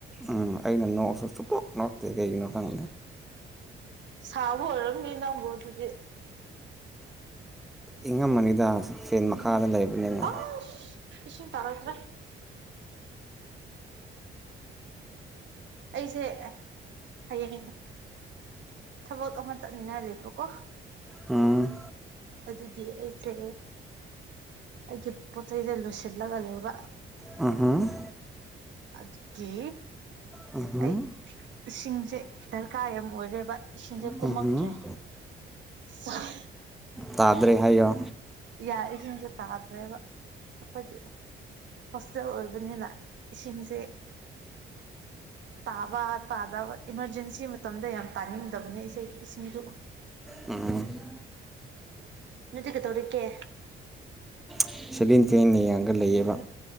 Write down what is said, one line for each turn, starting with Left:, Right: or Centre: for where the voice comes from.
Centre: ꯑꯥ ꯑꯩꯅ ꯅꯣꯛꯑꯣꯁꯨ ꯁꯨꯛꯅꯣꯛ ꯅꯣꯛꯇꯦ ꯀꯩꯒꯤꯅꯣ ꯈꯪꯗꯦ
Right: ꯁꯥꯎꯕ ꯑꯣꯢꯔꯝꯅꯤ ꯅꯪꯕꯨ ꯑꯗꯨꯗꯤ
Centre: ꯏꯪꯉꯝꯃꯅꯤꯗ ꯐꯦꯟ ꯃꯈꯥꯗ ꯂꯩꯕꯅꯤꯅ
Right: ꯑꯁ ꯏꯁꯤꯡ ꯇꯥꯔꯛꯇ꯭ꯔꯦ ꯑꯩꯁꯦ ꯍꯌꯦꯡ ꯊꯕꯛ ꯑꯃ ꯆꯠꯅꯤꯡꯉꯥꯏ ꯂꯩꯕꯀꯣ
Centre: ꯎꯝ
Right: ꯑꯗꯨꯗꯤ ꯑꯩꯁꯦ ꯑꯩꯒꯤ ꯄꯣꯠ ꯆꯩꯩꯗ ꯂꯣꯏꯁꯤꯜꯂꯒ ꯂꯩꯕ
Centre: ꯎꯝ ꯍꯨꯝ
Right: ꯑꯗꯨꯒꯤ
Centre: ꯎꯝ ꯍꯨꯝ
Right: ꯑꯩ ꯏꯁꯤꯡꯁꯦ ꯗꯥꯔꯀꯥꯔ ꯌꯥꯝ ꯑꯣꯏꯔꯦꯕ ꯏꯁꯤꯡꯁꯦ
Centre: ꯎꯝꯍꯨꯝ
Right: ꯀꯨꯝꯃꯛꯇ꯭ꯔꯦ <unintelligible>
Centre: ꯇꯥꯗꯔ꯭ꯦ ꯍꯥꯏꯌꯣ
Right: ꯏꯌꯥ ꯏꯁꯤꯡꯁꯦ ꯇꯥꯗ꯭ꯔꯦꯕ ꯑꯈꯣꯏꯗꯤ ꯍꯣꯁꯇꯦꯜ ꯑꯣꯏꯕꯅꯤꯅ ꯏꯁꯤꯡꯁꯦ ꯇꯥꯕ ꯇꯥꯗꯕ ꯏꯃꯔꯖꯦꯟꯁꯤ ꯃꯇꯝꯗ ꯌꯥꯝ ꯇꯥꯅꯤꯡꯗꯕꯅꯦ ꯏꯁꯩ ꯏꯁꯤꯡꯖꯨ
Centre: ꯎꯝ
Right: ꯅꯪꯗꯤ ꯀꯩꯗꯧꯔꯤꯀꯦ
Centre: <unintelligible> ꯆꯦꯟꯅ ꯌꯦꯡꯉꯒ ꯂꯩꯌꯦꯕ꯫